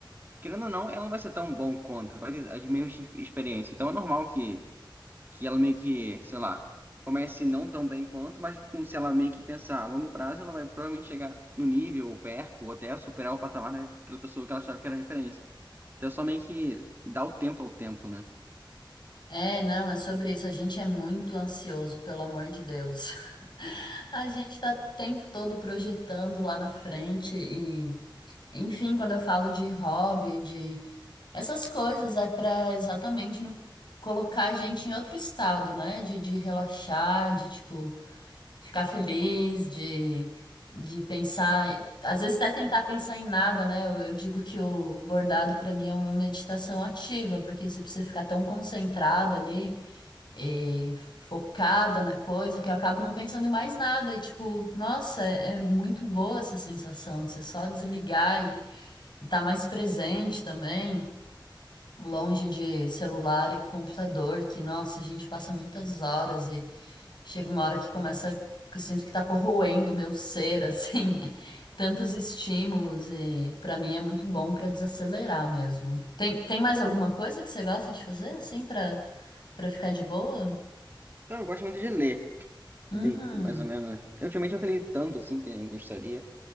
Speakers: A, on the right; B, on the left.
A: Querendo ou não, ela não vai ser tão bom quanto, vai ter as mesmas experiências. Então é normal que que ela meio que, sei lá, comece não tão bem quanto, mas com se ela meio que pensar a longo prazo, ela vai provavelmente chegar no nível, ou perto, ou até superar o patamar daquela pessoa que ela achava que era referência. Então é só meio que dar o tempo ao tempo, né?
B: É, não, é sobre isso. A gente é muito ansioso, pelo amor de Deus. <laughs> A gente tá o tempo todo projetando lá na frente e, enfim, quando eu falo de hobby, de essas coisas, é pra exatamente no- colocar a gente em outro estado, né? De, de relaxar, de, tipo, ficar feliz, de, de pensar, às vezes até tentar pensar em nada, né? Eu, eu digo que o bordado para mim é uma meditação ativa, porque você precisa ficar tão concentrada ali, eh, focada na coisa, que eu acabo não pensando em mais nada. E tipo, nossa, é, é muito boa essa sensação de você só desligar e estar mais presente também. Longe de celular e computador, que, nossa, a gente passa muitas horas Chega uma hora que começa, que eu sinto que tá corroendo o meu ser, assim, <laughs> tantos estímulos e pra mim é muito bom pra desacelerar mesmo. Tem, tem mais alguma coisa que você gosta de fazer, assim, pra para ficar de boa?
A: Então, eu gosto muito de ler.
B: Uhum.
A: Ler, mais ou menos. Eu, ultimamente não tenho lido tanto assim que eu gostaria,